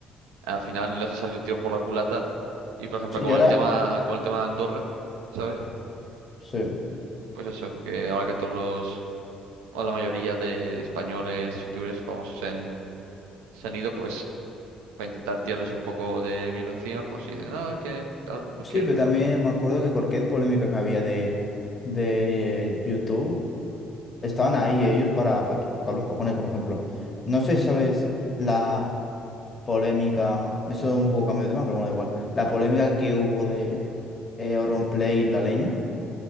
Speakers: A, on the right; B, on the left.
A: al final les ha salido el tiro por la culata. Y por ejemplo,
B: Sí,
A: con
B: y ahora,
A: el tema, con el tema de Andorra, ¿sabes?
B: sí,
A: Pues eso, que ahora que todos los o la mayoría de españoles, youtubers famosos en, se han ido, pues, para intentar tirarles un poco de mierda encima, pues, y dicen, no, es que tal, no
B: sí,
A: quieren
B: pero
A: tirar.
B: también
A: pues".
B: me acuerdo que cualquier polémica que había de, de eh, YouTube, estaban ahí ellos para, para tocar los cojones, por ejemplo. No sé si sabes la... polémica, eso es un poco cambio de tema, pero bueno, da igual. La polémica que hubo de eh, Auronplay y la leña.